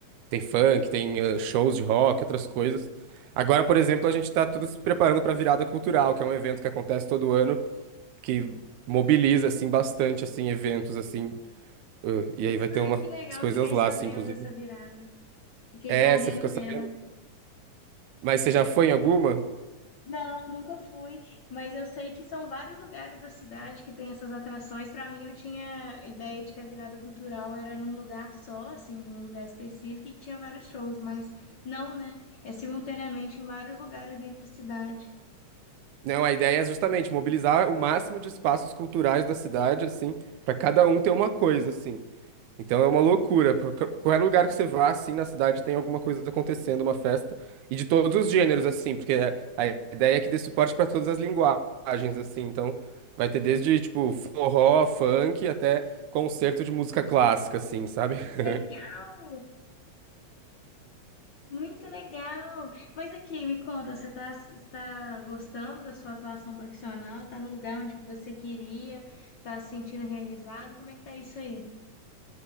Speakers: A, on the right; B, on the left.
A: Tem funk, tem eh, shows de rock, outras coisas. Agora, por exemplo, a gente está tudo se preparando para a Virada Cultural, que é um evento que acontece todo ano, que mobiliza assim bastante assim eventos assim, eh, e aí vai ter
B: Ai,
A: umas
B: que legal,
A: coisas
B: fiquei
A: lá
B: sabendo
A: assim, inclusive.
B: dessa virada, fiquei
A: É,
B: sabendo
A: você ficou sabendo?
B: dela.
A: Mas você já foi em alguma?
B: Não, nunca fui, mas eu sei que são vários lugares da cidade que tem essas atrações. Para mim, eu tinha ideia de que a virada cultural era num lugar só, assim, num lugar específico, e que tinha vários shows, mas não, né? É simultaneamente em vários lugares dentro da cidade.
A: Não, a ideia é justamente mobilizar o máximo de espaços culturais da cidade assim, para cada um ter uma coisa assim. Então é uma loucura. por- qu- Qualquer lugar que você vá, assim, na cidade tem alguma coisa acontecendo, uma festa. E de todos os gêneros, assim, porque é, a ideia é que dê suporte para todas as linguagens, assim. Então vai ter desde, tipo, forró, funk, até concerto de música clássica, assim, sabe? <laughs>
B: Legal! Muito legal! Mas aqui, me conta, você está está gostando da sua atuação profissional? Está no lugar onde você queria? Está se sentindo realizado? Como é que tá isso aí?